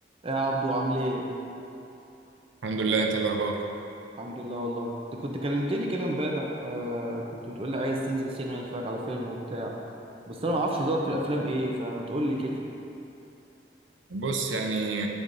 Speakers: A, on the right; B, on the right.
A: إيه يا عبدو عامل ايه؟
B: الحمد لله انت ايه الاخبار
A: الحمد لله والله انت كنت كلمتني كده امبارح آه كنت بتقول لي عايز تنزل سينما تتفرج على فيلم وبتاع بس انا ما اعرفش ذوقك في الافلام ايه فما تقول لي كده
B: بص يعني